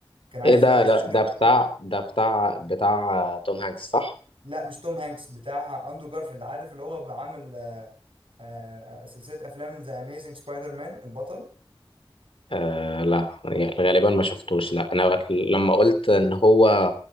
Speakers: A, on the right; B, on the left.
A: كان عايز
B: ايه ده
A: اللي هو يشتغل
B: لا ده بتاع ده بتاع بتاع توم هانكس صح
A: لا مش توم هانكس بتاع اندرو جارفيلد عارف اللي هو بعمل آه، آه، سلسلة افلام ذا اميزنج سبايدر مان البطل
B: آه لا يعني غالبا ما شفتوش لا انا لما قلت ان هو